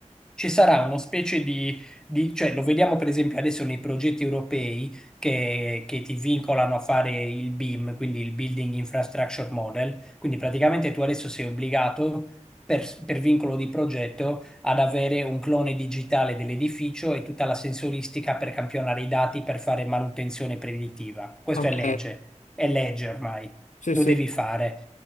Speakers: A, in the centre; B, on the left.
A: ci sarà una specie di, di- cioè lo vediamo per esempio adesso nei progetti europei che, che ti vincolano a fare il BIM, quindi il Building Infrastructure Model, quindi praticamente tu adesso sei obbligato per, per vincolo di progetto ad avere un clone digitale dell'edificio e tutta la sensoristica per campionare i dati per fare manutenzione preditiva. Questo
B: Ok,
A: è legge, è legge ormai,
B: sì,
A: lo
B: sì.
A: devi fare.